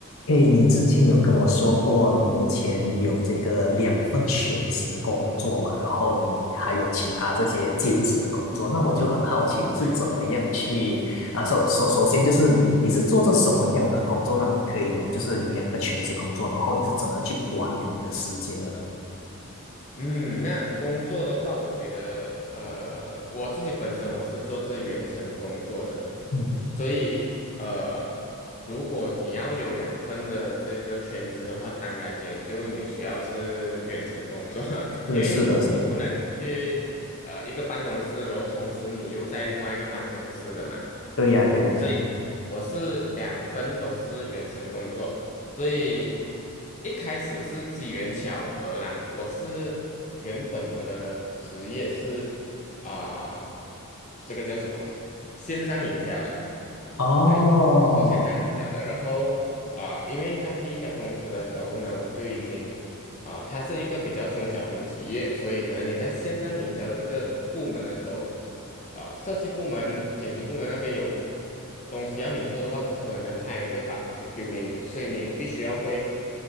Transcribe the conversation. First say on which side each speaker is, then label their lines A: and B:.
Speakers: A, on the left; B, on the left.
A: 诶，你之前有跟我说过，你目前有这个两份全职工作嘛，然后你还有其他这些兼职的工作，
B: 是，
A: 那我就很好奇，你是怎么样去啊？
B: 对，
A: 首首首先就是你你是做着什么样的工作，让你可以有就是有两个全职工作，然后你是怎么样去管理你的时间的呢？
B: 嗯，那工作的话，我觉得，呃，我自己本身我是做这远程工作的，
A: 嗯，
B: 所以，呃，如果你要有两份的这个全职的话，当然也就你需要是远程工作，<laughs>
A: 是是的，
B: 因为你不能去呃一个办公室，
A: 是的，
B: 然后同时你又在另外一个办公室的嘛。
A: 对呀，对呀，
B: 所以我是两份都是远程工作，所以一开始是机缘巧合啦。我是原本我的职业是啊、这个叫什么来？线上营销的，
A: 哦
B: 对，我是做线上营销的。然后啊、因为在第一家公司的时候呢，我就已经啊、它是一个比较中小型企业，所以可能你在线上营销的这个部门的时候，啊、设计部门、剪辑部门那边有东西要你做的话，可能他也会把东西丢给你，所以你也必须要会